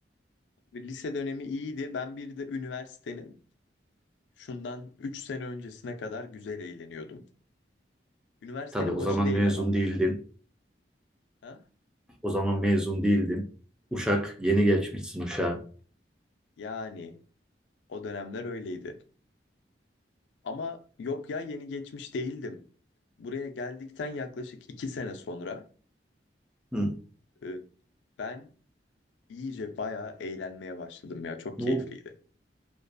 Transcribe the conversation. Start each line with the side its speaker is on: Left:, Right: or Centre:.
Left: lise dönemi iyiydi. Ben bir de üniversitenin şundan 3 sene öncesine kadar güzel eğleniyordum. Üniversitenin
Centre: Tabii o
Left: başı
Centre: zaman
Left: değil
Centre: mezun
Left: ama.
Centre: değildin.
Left: Ha?
Centre: O zaman mezun değildin. Uşak yeni geçmişsin uşağa.
Left: Yani o dönemler öyleydi. Ama yok ya yeni geçmiş değildim. Buraya geldikten yaklaşık 2 sene sonra
Centre: Hı.
Left: Ee, Ben iyice bayağı eğlenmeye başladım ya. Çok
Centre: Bu
Left: keyifliydi.